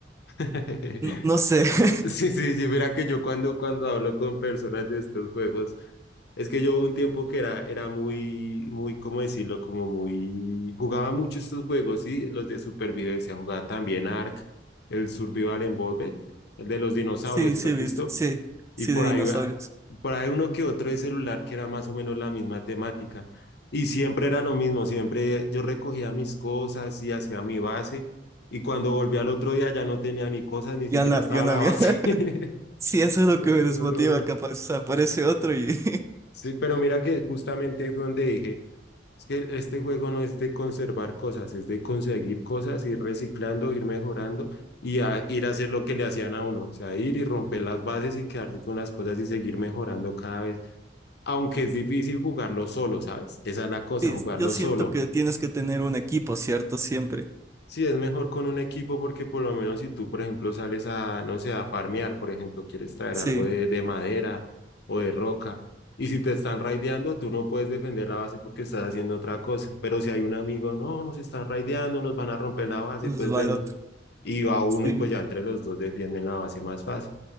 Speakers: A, on the left; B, on the right.
A: <laughs>
B: no, no sé. <laughs>
A: Sí, sí, sí, mira que yo cuando, cuando hablo con personas de estos juegos, es que yo hubo un tiempo que era, era muy, muy, ¿cómo decirlo? Como muy, jugaba mucho estos juegos, sí, los de supervivencia, jugaba también Ark, el Survival Involved, el de los dinosaurios,
B: Sí,
A: ¿sí
B: sí
A: lo has
B: he visto.
A: visto?
B: Sí,
A: y
B: sí
A: por
B: de dinosaurios.
A: ahí, va- por ahí uno que otro de celular que era más o menos la misma temática. Y siempre era lo mismo, siempre yo recogía mis cosas y hacía mi base. Y cuando volví al otro día ya no tenía ni cosas, ni
B: Ya
A: siquiera
B: no,
A: estaba
B: ya no
A: la
B: había.
A: base.
B: <laughs>
A: <laughs>
B: Sí, eso es lo
A: No,
B: que me desmotiva,
A: no, no.
B: capaz. o sea, aparece otro y <laughs>
A: Sí, pero mira que justamente ahí fue donde dije, es que este juego no es de conservar cosas, es de conseguir cosas, ir reciclando, ir mejorando y a- ir a hacer lo que le hacían a uno, o sea, ir y romper las bases y quedarse con las cosas y seguir mejorando cada vez. aunque es difícil jugarlo solo, ¿sabes? Esa es la cosa,
B: sí,
A: jugarlo
B: yo siento
A: solo.
B: que tienes que tener un equipo, ¿cierto? Siempre.
A: Sí, es mejor con un equipo porque por lo menos si tú, por ejemplo, sales a, no sé, a farmear, por ejemplo, quieres traer
B: Sí,
A: algo de, de madera o de roca, y si te están raideando, tú no puedes defender la base porque estás haciendo otra cosa. Pero si hay un amigo, no, nos están raideando, nos van a romper la base,
B: pues
A: pues
B: va
A: ven
B: el otro.
A: y va uno
B: Sí,
A: y pues ya entre los dos defienden la base más fácil.